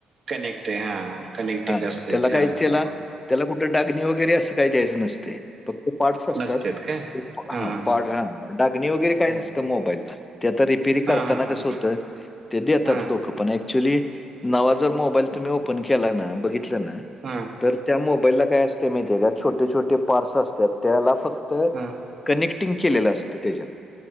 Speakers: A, on the right; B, on the left.
A: कनेक्ट हा कनेक्टिंग
B: हां,
A: असतय
B: त्याला
A: ते
B: काय
A: हा म्हणून.
B: त्याला त्याला कुठं डगणी वगैरे असं काय द्यायचं नसते फक् पार्टस असतात
A: नसतात काय
B: हा
A: हां हां
B: लागण्यावर काय
A: हां
B: नसतं मोबाईलला करताना
A: हां हां
B: कस
A: हां
B: होत ते देतात
A: हां
B: लोक पण ऍक्च्युली नवा जर मोबाईल तुम्ही ओपन केला ना बघितला ना
A: हम्
B: तर त्या मोबाईलला काय असते माहिती का छोटे छोटे पार्टस असतात त्याला फक्त
A: हां
B: कनेक्ट िंग केलेलं असतं त्याच्यात